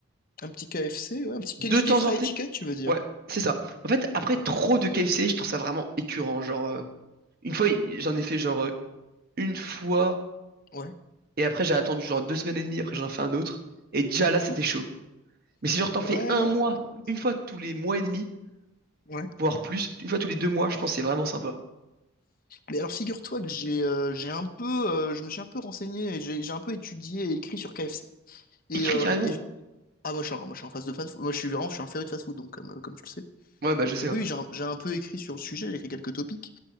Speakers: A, on the left (about 45°); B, on the right (about 45°).
A: Un petit KFC, ouais, un petit
B: De
A: Kentucky
B: temps
A: Fried
B: en temps.
A: Chicken, tu veux dire.
B: Ouais, c'est ça. En fait, après
A: Ok.
B: trop de KFC, je trouve ça vraiment écœurant. Genre, euh, une fois,
A: Mm,
B: j'en ai fait genre euh, une fois
A: ouais.
B: et après j'ai attendu genre deux semaines et demie, après j'en ai fait un autre. Et déjà
A: Mhm.
B: là, c'était chaud. Mais si genre t'en fais
A: Ouais,
B: un mois,
A: euh,
B: une fois tous les mois et demi,
A: ouais.
B: voire plus, une fois tous les deux mois, je pense que c'est vraiment sympa.
A: Mais alors figure-toi que j'ai euh, j'ai un peu euh, je me suis un peu renseigné et j'ai j'ai un peu étudié et écrit sur KFC. Et,
B: Écrit
A: euh,
B: carrément.
A: et- ah moi je suis, un- moi je suis en phase de fan Moi je suis vraiment je suis un féru de fast food donc comme euh, comme tu le sais.
B: Ouais, bah je
A: Donc
B: sais,
A: euh,
B: ouais.
A: oui, j'ai un, j'ai un peu écrit sur le sujet, j'ai écrit quelques topics,